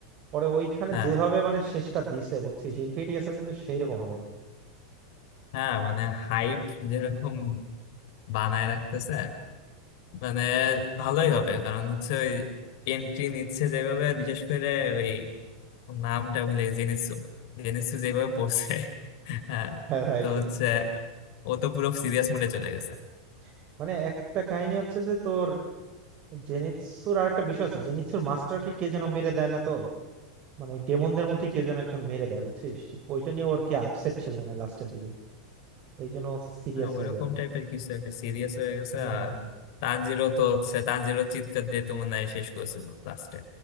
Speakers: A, on the right; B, on the left.
A: পরে ওইখানে
B: হ্যাঁ
A: যেভাবে মানে শেষটা দিছে বুঝছিস ইনফিনিটি ক্যাসেল কিন্তু সেই রকম হবে
B: হ্যাঁ মানে হাইপ যেরকম বানায় রাখতেছে মানে ভালোই হবে কারণ হচ্ছে ওই এন্ট্রি নিচ্ছে যেভাবে বিশেষ করে ওই নামটা ভুলে গেছি, জেনিসু জেনিসু যেভাবে পড়ছে <laughs> হ্যাঁ
A: Right
B: তো
A: right
B: হচ্ছে ও তো পুরো সিরিয়াস মোডে চলে গেছে
A: <laughs> মানে একটা কাহিনী হচ্ছে যে তোর জেনিৎসুর আর একটা বিষয় আছে জেনিৎসুর মাস্টারকে কে যেন মেরে দেয় না তোর মানে ওই ডেমনদের মধ্যে কে যেন একজন মেরে দেয় বুঝছিস ওইটা নিয়ে ওর কি আপসেট ছিল মনে হয় লাস্টের দিকে ওই জন্য সিরিয়াস
B: হ্যাঁ ওইরকম
A: হয়ে যায়
B: টাইপের কিছু একটা সিরিয়াস হয়ে গেছে
A: হুম
B: আর
A: হুম হুম
B: তানজিরও তো হচ্ছে তানজিরও চিৎকার দিয়ে তো মনে হয় শেষ করেছিল লাস্টে